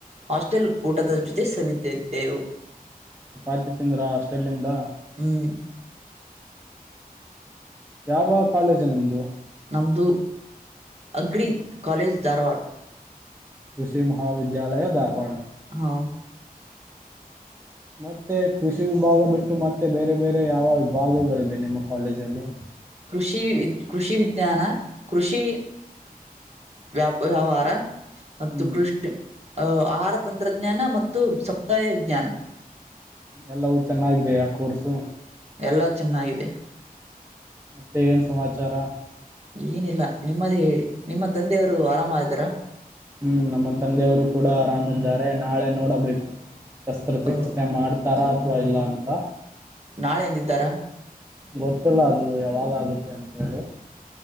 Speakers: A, on the right; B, on the right.
A: ಹಾಸ್ಟೆಲ್ ಊಟದ ಜೊತೆ ಸವಿದಿದ್ದೆವು
B: ಚಪಾತಿ ತಿಂದ್ರಾ ಹಾಸ್ಟೆಲ್ ಇಂದ
A: ಹ್ಮ್
B: ಯಾವ ಕಾಲೇಜ್ ನಿಮ್ದು
A: ನಮ್ದು ಅಗ್ರಿ ಕಾಲೇಜ್ ಧಾರವಾಡ
B: ಕೃಷಿ ಮಹಾವಿದ್ಯಾಲಯ ಧಾರವಾಡ
A: ಹಾ
B: ಮತ್ತೆ ಕೃಷಿ ವಿಭಾಗ ಬಿಟ್ಟು ಮತ್ತೆ ಬೇರೆ ಬೇರೆ ಯಾವ ವಿಭಾಗಗಳಿವೆ ನಿಮ್ಮ ಕಾಲೇಜಲ್ಲಿ
A: ಕೃಷಿ ಕೃಷಿ ವಿಜ್ಞಾನ ಕೃಷಿ ವ್ಯಾಪ ವ್ಯವಹಾರ ಮತ್ತು
B: ಹ್ಮ್
A: ಕೃಷಿ ಅ ಆಹಾರ ತಂತ್ರಜ್ಞಾನ ಮತ್ತು ಸಮುದಾಯ ವಿಜ್ಞಾನ
B: ಎಲ್ಲವೂ ಚೆನ್ನಾಗಿದಿಯಾ ಕೋರ್ಸು
A: ಎಲ್ಲಾ ಚೆನ್ನಾಗಿದೆ
B: ಮತ್ತೆ ಏನ್ ಸಮಾಚಾರ
A: ಏನಿಲ್ಲ ನಿಮ್ಮದ ಹೇಳಿ ನಿಮ್ಮ ತಂದೆಯವರು ಆರಾಮ ಆದರ
B: ಹ್ಮ್ ನಮ್ಮ ತಂದೆಯವರು ಕೂಡ ಆರಾಮಿದ್ದಾರೆ ನಾಳೆ ನೋಡಬೇಕು ಶಸ್ತ್ರಚಿಕಿತ್ಸೆ
A: ಆ,
B: ಮಾಡ್ತಾರಾ ಅಥವಾ ಇಲ್ಲ ಅಂತ
A: ನಾಳೆ ಎಂದಿದ್ದಾರ
B: ಗೊತ್ತಿಲ್ಲ ಅದು ಯಾವಾಗಾಗುತ್ತೆ ಅಂತ ಹೇಳಿ